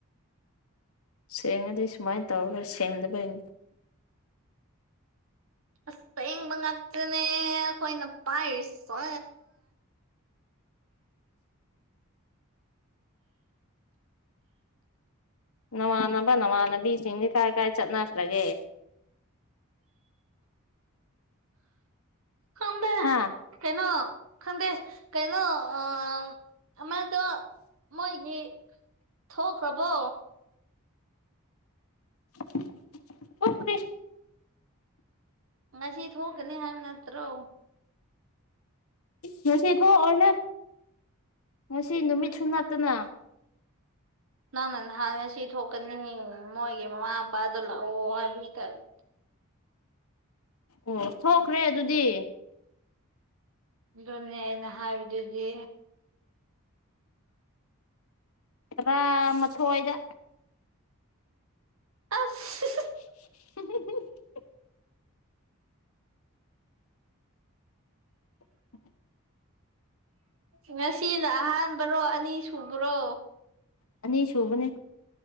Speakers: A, on the left (about 80°); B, on the right (about 65°).
A: ꯁꯦꯡꯉꯗꯤ ꯁꯨꯃꯥꯏꯅ ꯇꯧꯔꯔꯣꯏ ꯁꯦꯡꯗꯕꯒꯤꯅꯤ
B: ꯑꯁꯦꯡꯕ ꯉꯥꯛꯇꯅꯦ ꯑꯩꯈꯣꯏꯅ ꯄꯥꯏꯔꯤꯁ
A: ꯅꯃꯥꯟꯅꯕ ꯅꯃꯥꯟꯅꯕꯤꯁꯤꯡꯗꯤ ꯀꯥꯏ ꯀꯥꯏ ꯆꯠꯅꯈ꯭ꯔꯒꯦ
B: ꯈꯪꯗꯦ
A: ꯍꯥꯥ
B: ꯀꯩꯅꯣ ꯈꯪꯗꯦ ꯀꯩꯅꯣ ꯑ ꯑꯃꯗꯣ ꯃꯣꯏꯒꯤ ꯊꯣꯛꯈ꯭ꯔꯕꯣ
A: <unintelligible>
B: ꯉꯁꯤ ꯊꯣꯛꯀꯅꯤ ꯍꯥꯏꯕ ꯅꯠꯇ꯭ꯔꯣ
A: ꯉꯁꯤ ꯊꯣꯛ ꯑꯣꯏ ꯍꯦ ꯉꯁꯤ ꯅꯨꯃꯤꯠꯁꯨ ꯅꯠꯇꯅ
B: ꯅꯪꯅ ꯅꯍꯥꯟ ꯉꯁꯤ ꯊꯣꯛꯀꯅꯤ ꯃꯣꯏꯒꯤ ꯃꯃꯥ ꯃꯄꯥꯗꯣ ꯂꯥꯛꯑꯣ ꯍꯥꯏꯕꯤ ꯇꯔꯦ
A: ꯑꯣ ꯊꯣꯛꯈ꯭ꯔꯦ ꯑꯗꯨꯗꯤ
B: ꯑꯗꯨꯅꯦ ꯑꯩꯅ ꯍꯥꯏꯕꯗꯨꯗꯤ
A: ꯈꯔꯥ ꯃꯊꯣꯏꯗ
B: ꯑꯁ
A: <unintelligible> <unintelligible>
B: ꯉꯁꯤꯅ ꯑꯍꯥꯟꯕꯔꯣ ꯑꯅꯤ ꯁꯨꯕ꯭ꯔꯣ
A: ꯑꯅꯤꯁꯨꯨꯕꯅꯤ